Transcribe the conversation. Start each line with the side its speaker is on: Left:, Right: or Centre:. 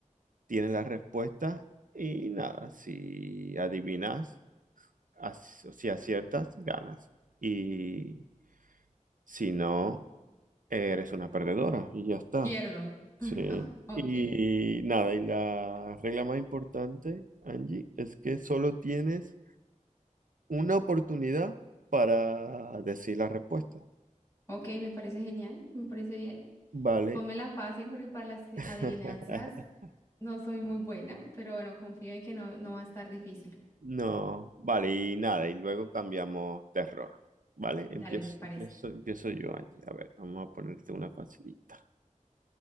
Right: tienes la respuesta. Y nada, si adivinas, as- si aciertas, ganas. Y si no, eres una perdedora. Y ya está.
Left: Pierdo.
Right: Sí.
Left: Ok.
Right: Y nada, y la regla más importante, Angie, es que solo tienes una oportunidad para decir la respuesta.
Left: Ok, me parece genial. Me parece bien.
Right: Vale.
Left: Pónmela fácil porque para las
Right: <laughs>
Left: adivinanzas no soy muy buena, pero bueno, confío en que no, no va a estar difícil.
Right: No, vale, y nada, y luego cambiamos de error. Vale,
Left: Dale,
Right: empiezo,
Left: me parece.
Right: empiezo, empiezo yo, Angie. A ver, vamos a ponerte una facilita.